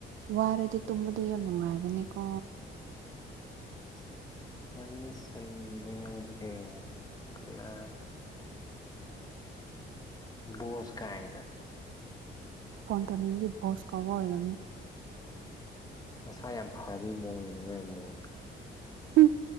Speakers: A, on the right (about 80°); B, on the left (about 20°).
A: ꯋꯥꯔꯗꯤ ꯇꯨꯝꯕꯗꯨ ꯌꯥꯝ ꯅꯨꯡꯉꯥꯏꯕꯅꯤꯀꯣ
B: <unintelligible> ꯋꯥꯔꯤ ꯁꯥꯅꯤꯡꯕ ꯌꯥꯎꯗ꯭ꯔꯦ ꯍꯥꯏꯅ ꯀꯅꯥ ꯕꯣꯁꯀꯥꯏꯅ
A: ꯐꯣꯟ ꯇꯧꯅꯤꯡꯕꯒꯤ ꯕꯣꯁ ꯀꯧꯕ ꯑꯣꯏꯔꯝꯅꯤ
B: ꯃꯁꯥ ꯌꯥꯝ ꯐꯕꯤ ꯃꯑꯣꯡꯅꯤꯅꯦ ꯃꯥꯏ ꯃꯑꯣꯡꯖꯦ
A: ꯍꯨꯝ